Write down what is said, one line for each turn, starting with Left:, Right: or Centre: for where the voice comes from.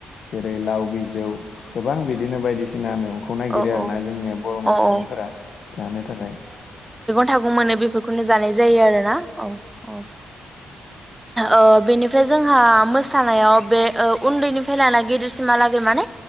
Left: जेरै लाव बिजौ गोबां बिदिनो बायदिसिना मेव खौ नायगिरो
Right: औ
Left: आरोना जोंनिया बरमा
Right: औ
Left: सुबुंफोरा
Right: औ
Left: थानो थाखाय
Right: थागौ मोनो बेफोरखौनो जानाय जा जायो आरोना औ औ ओ बेनिफ्राय जोंहा मोसानायाव बे ओ उन्दैनिफ्राय लाना गिदिरसिमहालागै माने